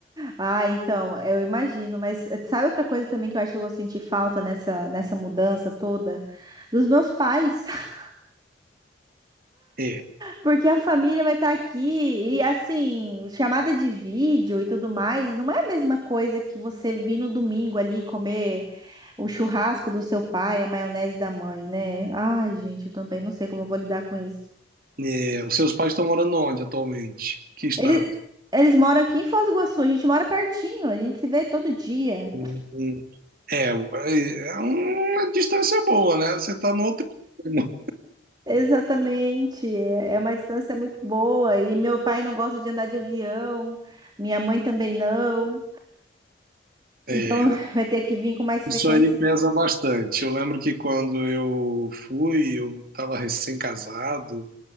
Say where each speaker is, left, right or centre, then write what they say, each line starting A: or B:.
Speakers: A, on the right; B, on the right.
A: Ah, então, eu imagino, mas eh, sabe outra coisa também que eu acho que eu vou sentir falta nessa, nessa mudança toda? Dos meus pais, <laughs>
B: É,
A: porque a família vai estar aqui e assim, chamada de vídeo e tudo mais, não é a mesma coisa que você vir no domingo ali comer o churrasco do seu pai, a maionese da mãe, né? Ai, gente, eu também não sei como eu vou lidar com isso.
B: é, os seus pais estão morando onde atualmente? Que estado?
A: Eles, eles moram aqui em Foz do Iguaçu, a gente mora pertinho, a gente se vê todo dia.
B: Hum, hum. É, é uma distância boa, né? Você tá no outro extremo.
A: Exatamente, é é uma distância muito boa. E meu pai não gosta de andar de avião, minha mãe também não.
B: É,
A: Então <laughs> vai ter que vir com mais
B: isso
A: frequência.
B: aí pesa bastante. Eu lembro que quando eu fui, eu estava recém-casado,